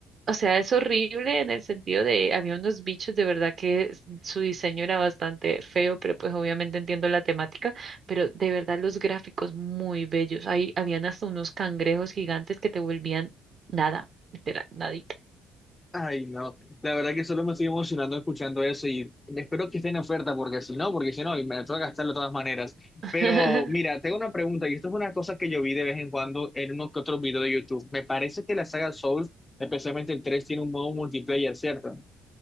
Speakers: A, on the right; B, on the left.
A: o sea, es horrible en el sentido de, había unos bichos de verdad que s- su diseño era bastante feo, pero pues obviamente entiendo la temática, pero de verdad los gráficos muy bellos. Ahí habían hasta unos cangrejos gigantes que te volvían nada, literal, nadita.
B: Ay, no. La verdad que solo me estoy emocionando escuchando eso y espero que esté en oferta porque si no, porque si no, y me tengo que gastarlo de todas maneras.
A: <laughs>
B: Pero mira, tengo una pregunta y esto es una cosa que yo vi de vez en cuando en uno que otro video de YouTube. Me parece que la saga Souls, especialmente el 3, tiene un modo multiplayer, ¿cierto?